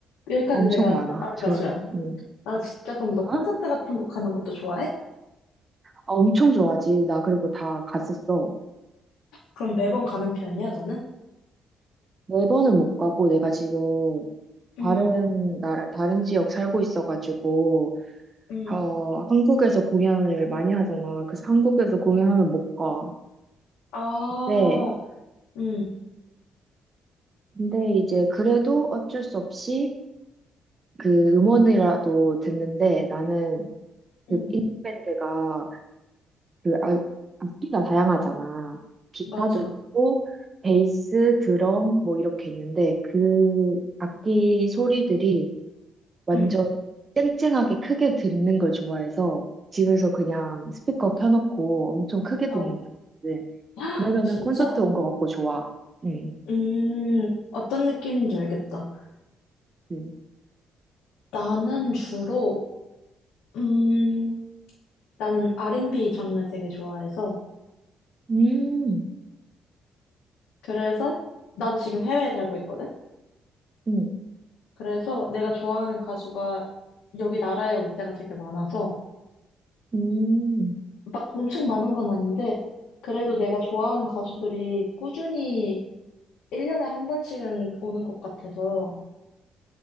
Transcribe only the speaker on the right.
엄청
많아.
<laughs> 좋아.
응.
어? 아,
엄청 좋아하지. 나 그리고 다 갔었어.
네 번은 못 가고, 내가 지금,
다른 나라, 다른 지역 살고 있어가지고,
어, 한국에서 공연을 많이 하잖아. 그래서 한국에서 공연하면 못 가.
근데,
근데 이제 그래도 어쩔 수 없이 그 음원이라도 듣는데 나는 그
빅밴드가 그 아- 악기가 다양하잖아. 기타도
있고, 베이스, 드럼, 뭐 이렇게 있는데 그 악기 소리들이 완전
쨍쨍하게 크게 듣는 걸 좋아해서 집에서 그냥 스피커 켜놓고 엄청 크게 듣는
편인데
그러면은
콘서트 온 것 같고 좋아. 응,
응.
음,
음,
음.